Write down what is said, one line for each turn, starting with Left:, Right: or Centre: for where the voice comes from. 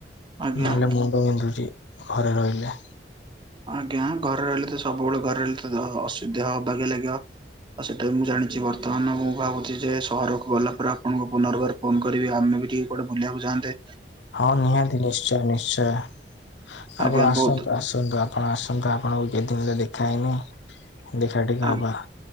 Right: ଆଜ୍ଞା
Left: ନହେଲେ ମୁଣ୍ଡ ବିନ୍ଧୁଛି ଘରେ ରହିଲେ।
Right: ଆଜ୍ଞା ଘରେ ରହିଲେ ତ ସବୁବେଳେ ଘରେ ହେଲେ ଅସୁଧ ଅବେଗା ଲାଗିବ। ଆଉ ସେଇଟା ବି ମୁଁ ଜାଣିଛି ବର୍ତ୍ତମାନ ମୁଁ ଭାବୁଛି ଯେ ସହରକୁ ଗଲା ପରେ ଆପଣଙ୍କ ପୁନର୍ବାର। ଫୋନ କରିବି ଆମେ ବି ଟିକେ କୁଆଡେ ବୁଲିବାକୁ ଯାହାନ୍ତେ।
Left: ହଁ ନିହାତି ନିଶ୍ଚୟ ନିଶ୍ଚୟ
Right: ଆଜ୍ଞା
Left: ଆପଣ ଆସନ୍ତୁ
Right: ବହୁତ
Left: ଆସନ୍ତୁ। ଆସନ୍ତୁ ଆପଣ ଆସନ୍ତୁ ଆପଣଙ୍କୁ କେତେ ଦିନରେ ଦେଖା ହେଇନି ଦେଖା ଟିକେ
Right: ଆ-
Left: ହବା।